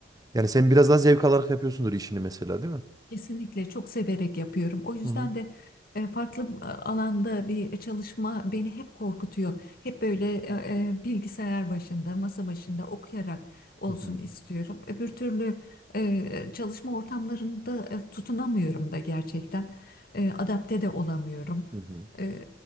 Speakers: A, on the right; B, on the left.
A: Yani sen biraz daha zevk alarak yapıyorsundur işini mesela değil mi?
B: Kesinlikle çok severek yapıyorum. O yüzden
A: Hı hı.
B: de e, farklı e, alanda bir çalışma beni hep korkutuyor. Hep böyle e, e, bilgisayar başında, masa başında okuyarak olsun
A: Hı hı.
B: istiyorum. Öbür türlü e, çalışma ortamlarında e, tutunamıyorum da gerçekten. E, adapte de olamıyorum.
A: Hı hı.
B: E,